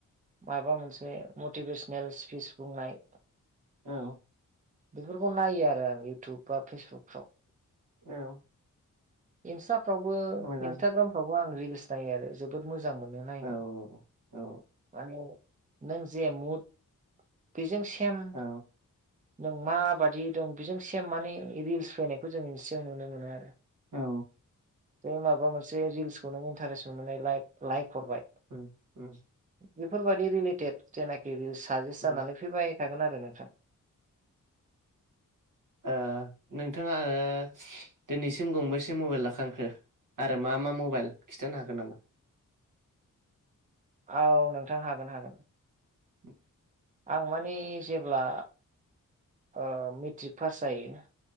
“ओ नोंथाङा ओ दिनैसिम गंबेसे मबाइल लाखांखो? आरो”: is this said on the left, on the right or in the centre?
Right